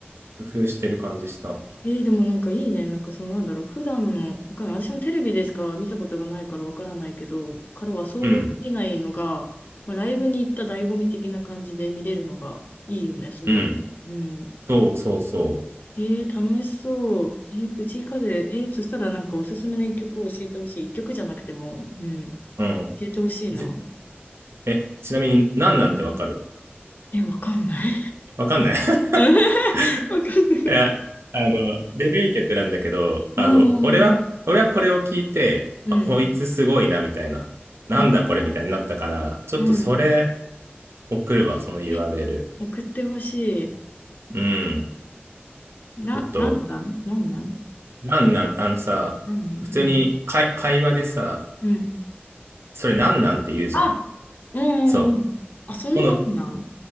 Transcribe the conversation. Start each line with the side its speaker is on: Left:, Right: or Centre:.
Right: 工夫してる感じした。
Left: えーでもなんかいいね。なんかそのなんだろう。普段の、わかんない。私もテレビでしか見たことがないからわからないけど、からは想像できないのが、
Right: うん。
Left: まあ、ライブに行った醍醐味的な感じで見れるのがいいよね。そういう。
Right: うん。
Left: うん。
Right: そうそうそ
Left: ええ楽しそう。ええ藤井風。ええそしたらなんかおすすめの一曲を教えてほしい。一曲じゃなくても、うん、教
Right: う。うん。
Left: えてほしいな。
Right: じ、え、ちなみに、なんなんてわかる
Left: うんえ、わかんない。
Right: わかんない <laughs>
Left: <laughs> わかんない。
Right: いや、あの、デビュー曲なんだけど、あの、
Left: うんうん
Right: 俺は、俺はこれを聞いて、
Left: うん。
Right: あ、こいつすごいな、
Left: うん。
Right: みたいな。なんだこれ、
Left: あーうん。
Right: みたいになったから、ちょっとそれ送るわ、その URL。
Left: え、送ってほし
Right: うん。
Left: い。な、
Right: ちょっと、
Left: なんなんなんなん
Right: なんなん、あのさ、
Left: なんなん
Right: 普通に会、会話でさ、
Left: うん。うん。
Right: それなんなんって言うじゃん。
Left: あ、うんうんうん。
Right: そう。
Left: あ、そのなんなん
Right: この、